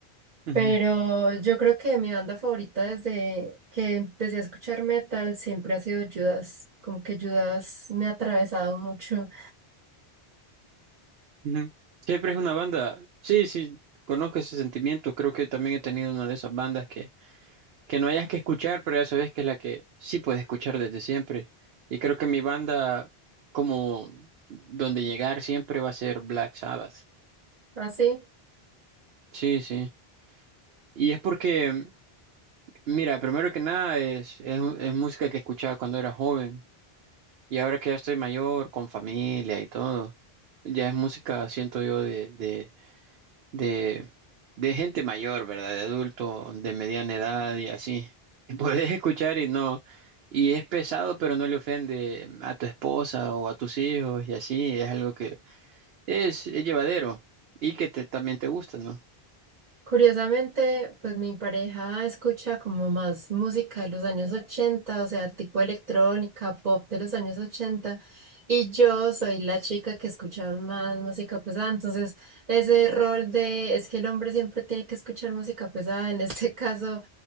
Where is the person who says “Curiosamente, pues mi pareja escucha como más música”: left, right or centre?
Right